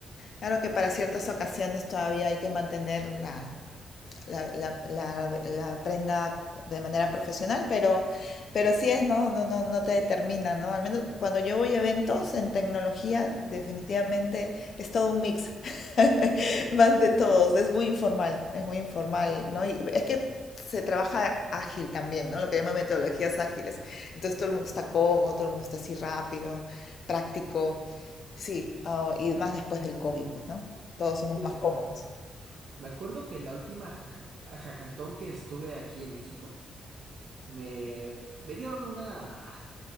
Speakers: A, on the left (about 60°); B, on the right (about 65°).
A: Claro que para ciertas ocasiones todavía hay que mantener la, la, la, la, la aprenda de manera profesional, pero, pero así es, ¿no? No, no, no te determina, ¿no? Al menos cuando yo voy a eventos en tecnología, definitivamente es todo un mix, <laughs> más de todos, es muy informal, es muy informal, ¿no? Y es que se trabaja ágil también, ¿no? Lo que llaman metodologías ágiles. Entonces todo el mundo está cómodo, todo el mundo está así rápido, práctico, sí, oh, y más después del COVID, pues, ¿no? Todos somos
B: sí,
A: más
B: es
A: cómodos.
B: correcto. Me acuerdo que la última jaca- hackatón que estuve aquí en México, me, me dieron una,